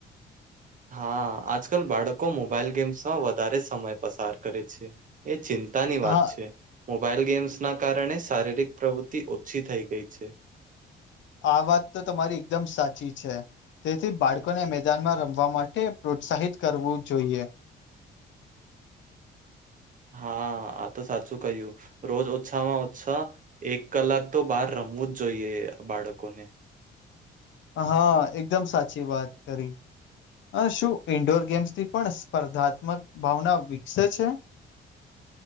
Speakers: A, on the right; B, on the left.
A: હા આજકાલ બાળકો મોબાઈલ ગેમ્સમાં વધારે સમય પસાર કરે છે. એ ચિંતાની વાત
B: હા
A: છે. મોબાઈલ ગેમ્સના કારણે શારીરિક પ્રવૃતિ ઓછી થઈ ગઈ છે.
B: આ વાત તો તમારી એકદમ સાચી છે. તેથી બાળકોને મેદાનમાં રમવા માટે પ્રોત્સાહિત કરવું જોઈએ.
A: હા આ તો સાચું કહ્યું રોજ ઓછામાં ઓછા એક કલાક તો બહાર રમવું જ જોઈએ બાળકોને.
B: હા એકદમ સાચી વાત કરી અને શું ઈન્ડોર ગેમ્સ થી પણ સ્પર્ધાત્મક ભાવના વિકસે છે <inaudible>